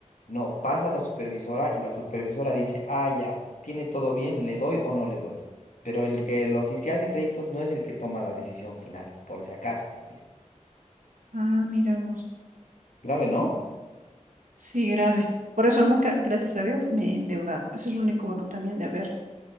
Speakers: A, on the left; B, on the right.
A: No, pasa la supervisora y la supervisora dice, ah, ya, tiene todo bien, le doy o no le doy. Pero el, el oficial de créditos no es el que toma la decisión final, por si acaso también.
B: Ah, mira vos.
A: Grave, ¿no?
B: Sí, grave. Por eso nunca, gracias a Dios, me he endeudado. Ese es el único bono también de ver